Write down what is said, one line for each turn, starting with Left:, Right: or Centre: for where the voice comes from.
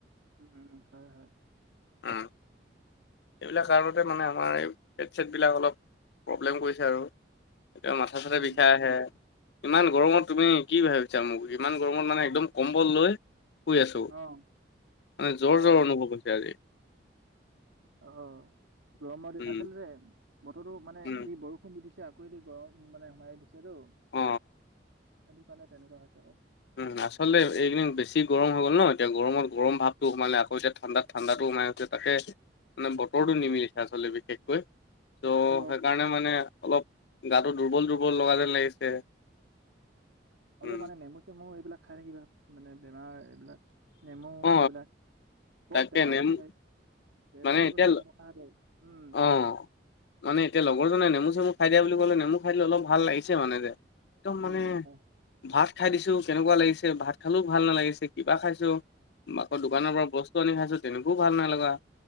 Right: উম, হয়-হয়।
Left: উম। এইবিলাক কাৰণতে মানে আমাৰ এই পেট-ছেট বিলাক অলপ প্ৰব্লেম কৰিছে আৰু। এয়া মাথা-চাথা
Right: উম
Left: বিষাই আহে। ইমান গৰমত তুমি কি ভাবিছা মোক ইমান গৰমত মানে একদম কম্বল লৈ শুই আছো,
Right: অ
Left: মানে জ্বৰ-জ্বৰ
Right: অ
Left: অনুভৱ হৈছে আজি।
Right: অ, গৰমৰ দিন
Left: উম
Right: আচলতে বতৰতো মানে
Left: উম,
Right: এদি বৰষ দিছে আকৌ এদি গৰম মানে সোমাই দিছেতো,
Left: অ
Right: সেইটো কাৰণে তেনেকুৱা হৈছে আকৌ।
Left: উম, আচলতে এইকেদিন বেছি গৰম হৈ গ'ল ন এতিয়া গৰমত গৰম
Right: উম
Left: ভাৱ টো সোমালে আকৌ এতিয়া ঠাণ্ডাত ঠাণ্ডাতো সোমাইছে তাকে মানে বতৰটো নিমিলিছে আচলতে বিশেষকৈ। ত'
Right: আকৌ
Left: সেইকাৰণে মানে অলপ গাটো দুৰ্বল-দুৰ্বল লগা যেন লাগিছে।
Right: অলপ
Left: উম
Right: মানে নেমু-চেমু এইবিলাক খাই থাকিবা মানে বেমাৰ এইবিলাক নেমু
Left: অ
Right: সেইবিলাক। বৰ
Left: তাকে
Right: টেঙা
Left: নেমু
Right: বস্তু, তেল-তেল
Left: মানে এতিয়া
Right: বস্তু খাই <unintelligible> উম,
Left: অ
Right: কোৱা।
Left: মানে এতিয়া লগৰজনে নেমু-চেমু খাই দিয়া বুলি ক'লে নেমু খাই দিলে অলপ ভাল লাগিছে মানে যে। একদম
Right: উম
Left: মানে
Right: হয়
Left: ভাত খাই দিছো কেনেকুৱা লাগিছে ভাত খালেও ভাল নালাগিছে কিবা খাইছো। আকৌ
Right: উম
Left: দোকানৰ
Right: উম
Left: পৰা বস্তু আনি খাইছো তেনেকৈও ভাল নাই লগা,